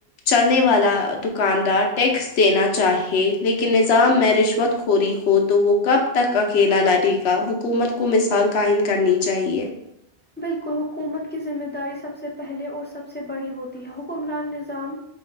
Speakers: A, on the left; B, on the left.
A: چلنے والا دکاندار ٹیکس دینا چاہے لیکن نظام میں رشوت خوری ہو تو وہ کب تک اکیلا لڑے گا حکومت کو مثال قائم کرنی چاہیے
B: بالکل حکومت کی ذمہ داری سب سے پہلے اور سب سے بڑی ہوتی ہے حکمران نظام